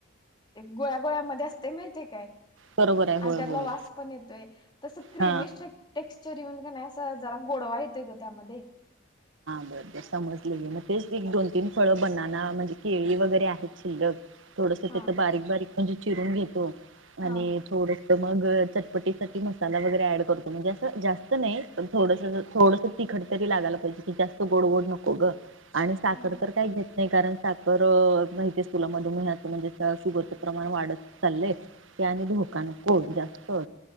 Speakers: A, on the left (about 25°); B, on the right (about 75°).
A: गोळ्या गोळ्यामध्ये असते माहितीय काय
B: बरोबर आहे
A: आणि
B: होय
A: त्याला
B: होय
A: वास पण येतोय तस क्रिम
B: हा
A: टेक्स्चर येऊन का नाही जरा गोडवा येतय ग त्यामध्ये
B: बर बर समजले गे मग तेच एक दोन तीन फळं बनना म्हणजे केळी वगैरे आहेत शिल्लक थोडस
A: हा
B: तिथं बारीक बारीक म्हणजे चिरून घेतो आणि
A: हा
B: थोड तर मग चटपटीसाठीठी मसाला वगैरे ऍड करतो म्हणजे असं जास्त नाही थोडस थोडस तिखट तरी लाायला पाहिजे जास्त गोड गोड नको ग आणि साखर
A: ह
B: तर काय घेत नाही कारण साखर माहितीच तुला मधुमेन्याचं म्हणजे शुगरचं प्रमाण वाढत चाललंय ते आणि धोका नको जास्त